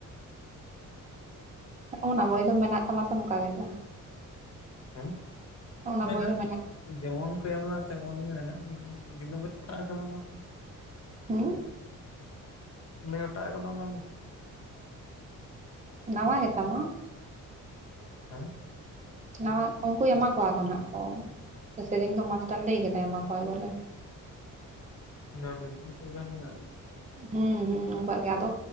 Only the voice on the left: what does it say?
ᱦᱮᱸᱷ,
ᱢᱮᱱᱟᱜ
ᱜᱮᱭᱟ ᱡᱮᱢᱚᱱ ᱠᱚ ᱮᱢ ᱞᱟᱜ ᱟ ᱛᱮᱢᱚᱱ ᱜᱮ ᱢᱮᱱᱟᱜ ᱜᱮᱭᱟ᱾ ᱟᱜ ᱠᱟᱫᱟᱢ ᱟᱢ ᱫᱚ ᱾
ᱵᱟᱹᱧ ᱚᱴᱟᱜ ᱠᱟᱫᱟ ᱟᱱᱟ ᱫᱚ ᱾
ᱦᱮᱸᱷ ᱾
ᱚᱱᱟ ᱫᱚ ᱛᱤᱱ ᱥᱚ ᱜᱨᱟᱢ ᱢᱮᱱᱟᱜ ᱾